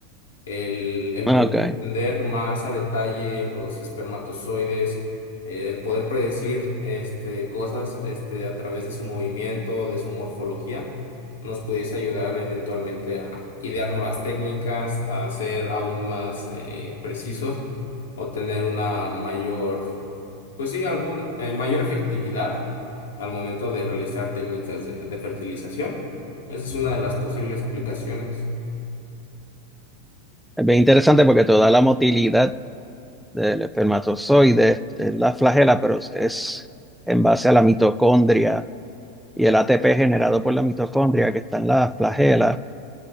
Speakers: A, on the left; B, in the centre.
A: el, el
B: Ah,
A: poder
B: Ok.
A: entender más a detalle los espermatozoides, eh, el poder predecir este, cosas este, a través de su movimiento, de su morfología, nos pudiese ayudar eventualmente a idear nuevas técnicas, a ser aún más eh, precisos o tener una mayor, pues sí, algún, eh, mayor efectividad al momento de realizar técnicas de de fertilización. Esa es una de las posibles aplicaciones.
B: Es bien interesante porque toda la motilidad del espermatozoide es la flagela, pero es en base a la mitocondria y el ATP generado por la mitocondria que está en las flagelas,